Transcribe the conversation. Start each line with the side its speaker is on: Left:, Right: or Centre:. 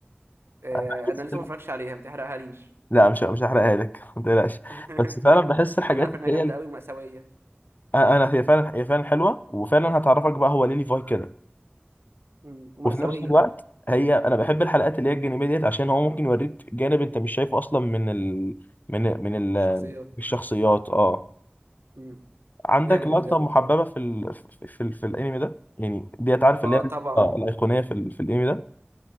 Right: آه
Left: أنا بحس
Right: انا لسه ما اتفرجتش عليها ما تحرقها ليش
Left: لا مش مش هحرقها لك <laughs> ما تقلقش
Right: <laughs>
Left: بس فعلا بحس الحاجات
Right: انا عارف
Left: اللي
Right: انها جامده
Left: هي ال-
Right: قوي ومأساويه
Left: آه، انا هي فعلا هي فعلا حلوه وفعلا هتعرفك بقى هو ليه ليفاي كده
Right: مم. ومأساويه
Left: وفي نفس الوقت هي انا بحب الحلقات اللي هي الجانبيه ديت عشان هو ممكن يوريك جانب انت مش شايفه اصلا من ال... من من
Right: الشخصيات
Left: ال... الشخصيات اه
Right: مم.
Left: عندك
Right: جامد
Left: لقطة
Right: بجد
Left: محببة في ال... في في, في الانمي ده يعني ديت عارف اللي
Right: اه
Left: هي
Right: طبعا
Left: آه الأيقونية في ال... في الانمي ده